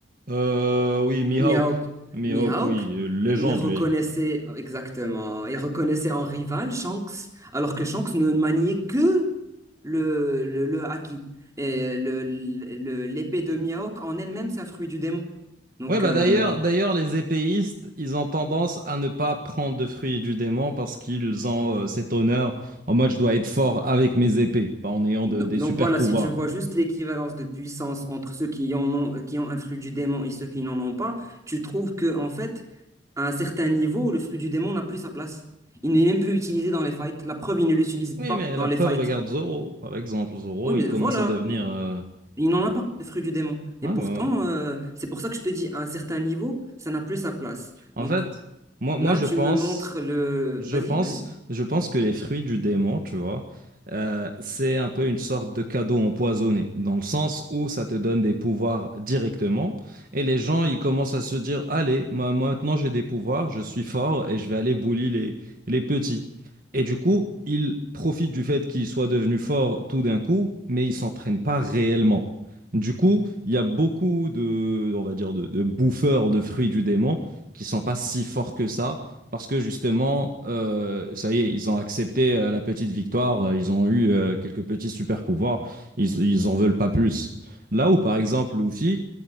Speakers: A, on the right; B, on the right.
A: Euh, oui, Mihawk.
B: Miauk,
A: Mihawk,
B: Miauk,
A: oui, euh, légende,
B: il reconnaissait
A: lui.
B: exactement, il reconnaissait en rival Shanks, alors que Shanks ne maniait que le, le, le haki. Et le, le- l'épée de Miauk en elle-même, c'est un fruit du démon. Donc,
A: Ouais, bah
B: euh,
A: d'ailleurs, d'ailleurs, les épéistes, ils ont tendance à ne pas prendre de fruits du démon parce qu'ils ont euh, cet honneur en mode je dois être fort avec mes épées, pas en ayant
B: do-
A: de- des
B: donc
A: super
B: voilà,
A: pouvoirs.
B: si tu vois juste l'équivalence de puissance entre ceux qui en ont, qui ont un fruit du démon et ceux qui n'en ont pas, tu trouves que, en fait, à un certain niveau, le fruit du démon n'a plus sa place. Il n'est même plus utilisé dans les fights. La preuve, il ne l'utilise
A: Oui,
B: pas
A: mais
B: dans
A: la
B: les
A: preuve,
B: fights.
A: regarde Zoro, par exemple. Zoro,
B: Oui, mais
A: il commence
B: voilà,
A: à devenir.
B: mais
A: euh,
B: il n'en a pas, les fruits du démon. Et
A: Ouais,
B: pourtant,
A: ouais, ouais.
B: euh, c'est pour ça que je te dis, à un certain niveau, ça n'a plus sa place.
A: En
B: Donc
A: fait, moi,
B: là,
A: moi, je
B: tu
A: pense.
B: me montres le...
A: Je
B: Vas-y,
A: pense,
B: vas-y.
A: je pense que les fruits du démon, tu vois, euh, c'est un peu une sorte de cadeau empoisonné, dans le sens où ça te donne des pouvoirs directement, et les gens, ils commencent à se dire, allez, moi, moi, maintenant j'ai des pouvoirs, je suis fort, et je vais aller bully les, les petits. Et du coup, ils profitent du fait qu'ils soient devenus forts tout d'un coup, mais ils s'entraînent pas réellement. Du coup, il y a beaucoup de, on va dire, de, de bouffeurs de fruits du démon qui sont pas si forts que ça parce que justement, euh, ça y est, ils ont accepté euh, la petite victoire, euh, ils ont eu euh, quelques petits super pouvoirs, ils, ils en veulent pas plus. Là où, par exemple, Luffy,